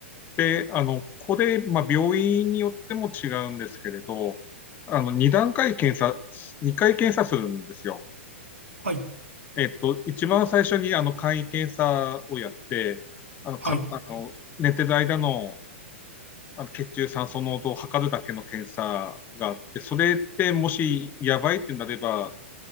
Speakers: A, on the left (about 25°); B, on the right (about 80°).
A: で、あの、これ、まあ、病院によっても違うんですけれど、あの、2段階検査、2回検査するんですよ。
B: はい、
A: えっと、一番最初に、あの、簡易検査をやって、あの、
B: はい、
A: か、あの、寝てる間のあの血中酸素濃度を測るだけの検査があって、それってもしやばいってなれば、